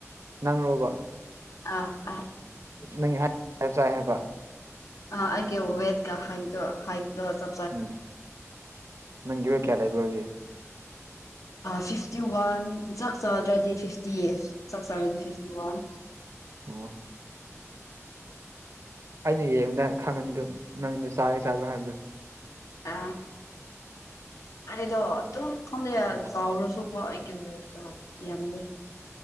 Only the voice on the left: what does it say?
ꯑꯥ ꯑꯥ
ꯑꯥ ꯑꯩꯗꯤ ꯋꯦꯗꯀ ꯍꯥꯏꯗꯣ ꯍꯥꯏꯗꯣ ꯁ
ꯐꯤꯐꯇꯤ ꯋꯥꯟ ꯆꯥꯛ ꯆꯥꯗ꯭ꯔꯗꯤ ꯐꯤꯐꯇꯤ ꯆꯥꯛ ꯆꯥꯔꯗꯤ ꯐꯤꯐꯇꯤ ꯋꯥꯟ
ꯑꯥ ꯑꯩꯗꯣ ꯑꯗꯨꯝ ꯈꯪꯗꯦ
ꯆꯥꯎꯔꯨꯁꯨꯀꯣ ꯑꯩꯒꯤ ꯋꯦꯠꯇꯣ ꯌꯥꯝꯗꯦ